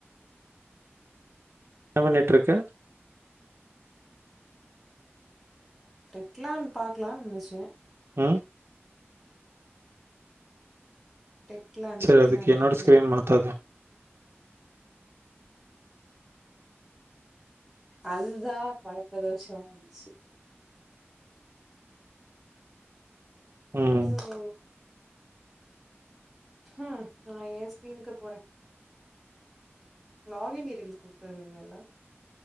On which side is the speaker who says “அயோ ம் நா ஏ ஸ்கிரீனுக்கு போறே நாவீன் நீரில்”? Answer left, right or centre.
Centre